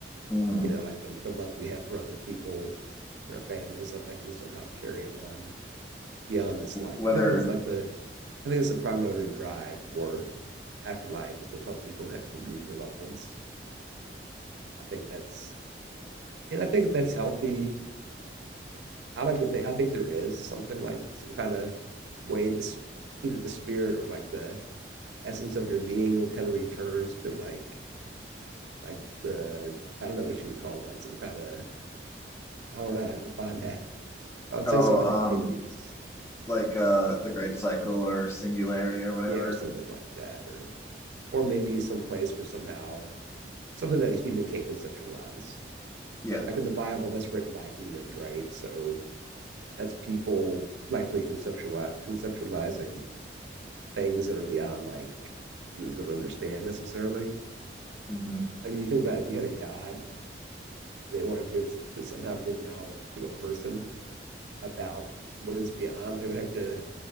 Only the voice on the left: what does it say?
Mm.
Whether
oh
um
like uh the Great Cycle or Singularity or whatever.
Yeah,
hmm